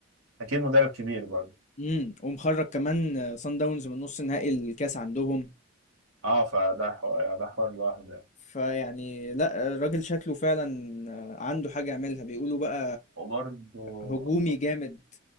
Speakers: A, on the right; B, on the left.
A: فاكيد مدرب كبير برضه
B: امم ومخرج كمان آه، صن داونز من نص نهائي الكاس عندهم
A: اه فده حوار ده حوار لوحده يعني.
B: فيعني لا الراجل شكله فعلا آه، عنده حاجه يعملها بيقولوا بقى
A: وبرضه
B: آه، هجومي جامد